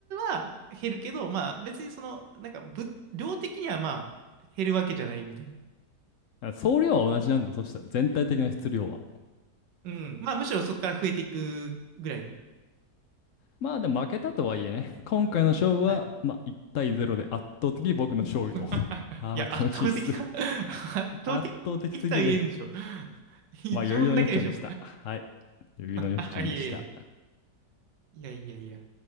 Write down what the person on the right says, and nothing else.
は減るけど、まあ、別にその、なんか、ぶ、量的にはまあ、減るわけじゃないみたいな。
うん。まあ、むしろそこから増えていくぐらいの。
はい。
<laughs>
いや、
圧倒的か <laughs>
圧倒的
とは言えんでしょ。<laughs> 一問だけでしょ。
<laughs> あ、いえいえ。いやいやいや。